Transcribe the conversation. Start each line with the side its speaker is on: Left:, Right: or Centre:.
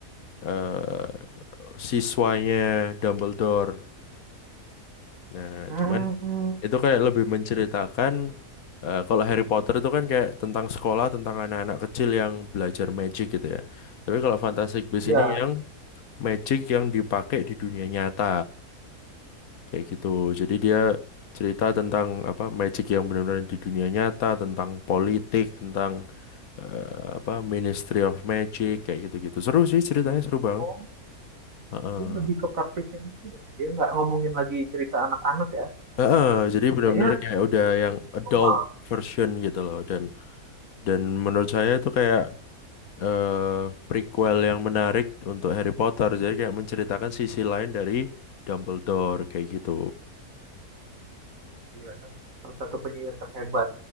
Left: eh, siswanya Dumbledore. Nah,
Right: Hmm,
Left: cuman itu kayak lebih menceritakan eh, kalau Harry Potter itu kan kayak tentang sekolah, tentang anak-anak kecil yang belajar magic gitu ya. Tapi kalau Fantastic Beasts
Right: ya,
Left: ini yang magic yang dipakai di dunia nyata. Kayak gitu. Jadi dia cerita tentang apa magic yang benar-benar di dunia nyata, tentang politik, tentang eh, apa Ministry of Magic kayak gitu-gitu. Seru sih ceritanya seru banget.
Right: oh,
Left: Heeh.
Right: dia lebih ke praktisnya gitu deh. Dia nggak ngomongin lagi cerita anak-anak ya.
Left: Heeh, jadi benar-benar
Right: Kayaknya
Left: kayak udah yang adult
Right: kok malah,
Left: version gitu loh dan dan menurut saya itu kayak eh, prequel yang menarik untuk Harry Potter. Jadi kayak menceritakan sisi lain dari Dumbledore kayak gitu.
Right: Iya, salah satu penyiar terhebat.